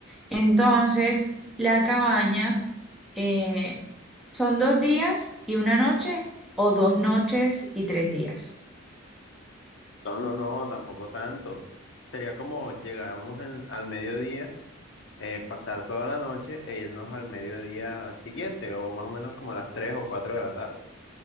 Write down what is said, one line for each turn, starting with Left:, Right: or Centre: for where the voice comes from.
Centre: Entonces, la cabaña eh, son dos días y una noche o dos noches y tres días.
Left: No, no, no, tampoco tanto. Sería como llegáramos en- al mediodía, eh, pasar toda la noche e irnos al mediodía siguiente, o más o menos como a las 3 o 4 de la tarde.